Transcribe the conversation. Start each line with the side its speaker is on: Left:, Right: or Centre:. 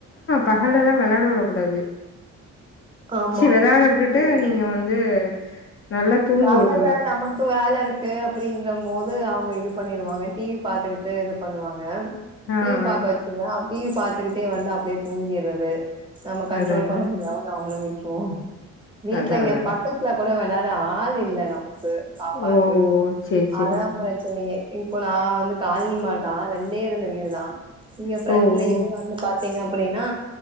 Left: பகல்லலா வெளாட விடக் கூடாது
Right: ஆமா
Left: சி வெளாட விட்டுட்டு
Right: ம்.
Left: நீங்க வந்து நல்லா தூங்க
Right: பகல்ல
Left: விட்ருணு
Right: நமக் கு வேல இருக்கு அப்டின்ற போது அவுங்க இது பண்ணிருவாங்க டி வி பாத்துக்கிட்டு இது பண்ணுவாங்க
Left: ஆ
Right: டி வி பாக்க
Left: ஆ
Right: வச்சுருவே டி வி பாத்துக்கிட்டே வந்து அப்டியே தூங்கிறது நம்ம கண்ட்ரோல்
Left: அதா அதா
Right: பண்ண முடியாம நாமளு விட்டுருவோ வீட்ல
Left: அதா
Right: இங்க
Left: அதா
Right: பக்கத்துல கூட வெளயாட ஆல் ஆல் இல்ல நமக்கு பாப்பாக்கு
Left: ஓ ஓ சேரி சேரி
Right: அததா
Left: சேரி
Right: பிரச்சனையே இப்போ நா வந்து காலனி மாரி தா ரெண்டே ரெண்டு வீடு தா நீங்க ப்ரெண்ட்லயுமே
Left: ஓ ஓ
Right: வந்து பாத்தீங்க அப்டின்னா